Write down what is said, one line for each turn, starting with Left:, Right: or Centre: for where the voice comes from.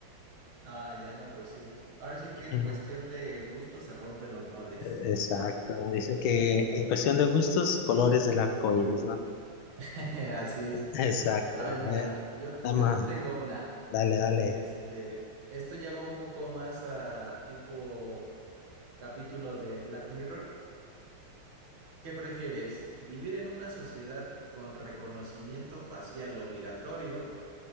Right: Ah, ya no, pues sí. Ahora sí
Left: Ujú.
Right: que en cuestión de gusto se rompen los moldes.
Left: Exacto. Dicen que en cuestión de gustos, colores del arco iris, ¿no?
Right: <laughs> Así es.
Left: Exacto.
Right: A ver,
Left: A
Right: mira,
Left: ver,
Right: yo, te-
Left: dama,
Right: yo te tengo una.
Left: dale, dale.
Right: Este, esto ya va un poco más a tipo capítulo de Black Mirror. ¿Qué prefieres? ¿Vivir en una sociedad con reconocimiento facial obligatorio?